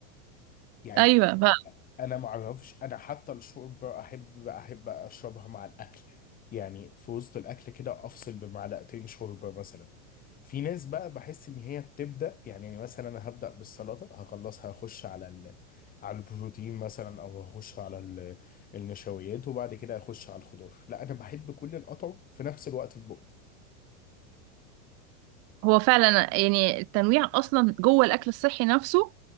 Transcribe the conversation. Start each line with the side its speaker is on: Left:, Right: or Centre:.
Left: يعني
Right: ايوه بقى
Left: انا ما اعرفش انا حتى الشوربه احب احب اشربها مع الاكل يعني في وسط الاكل كده افصل بمعلقتين شوربه مثلا في ناس بقى بحس ان هي بتبدا يعني يعني مثلا انا هبدا بالسلطه هخلصها هخش على ال... على البروتين مثلا او هخش على ال... النشويات وبعد كده هخش على الخضار لا انا بحب كل القطع في نفس الوقت في بقي
Right: هو فعلا يعني التنويع اصلا جوه الاكل الصحي نفسه